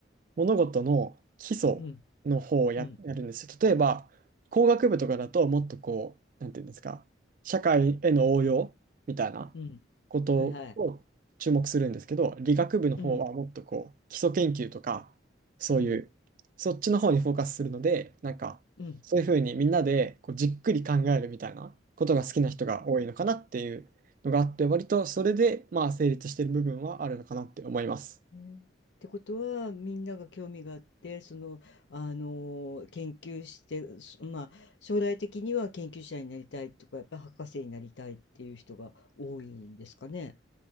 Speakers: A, on the right (about 45°); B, on the left (about 70°).
A: 物事の基礎の方をや、
B: うんうん
A: やるんですよ。例えば、工学部とかだともっとこう、なんていうんですか、社会への応用みたいな
B: うんはいはい
A: ことを注目するんですけど、理学部の方はもっとこう、
B: うん
A: 基礎研究とか、そういう、
B: うん
A: そっちの方にフォーカスするので、なんか、
B: うん
A: そういうふうにみんなでこうじっくり考えるみたいなことが好きな人が多いのかなっていうのがあって、割とそれでまあ成立している部分はあるのかなって思います。
B: ねってことはみんなが興味があってその、あの研究してそまあ将来的には研究者になりたいとかやっぱり博士になりたいっていう人が多いんですかね。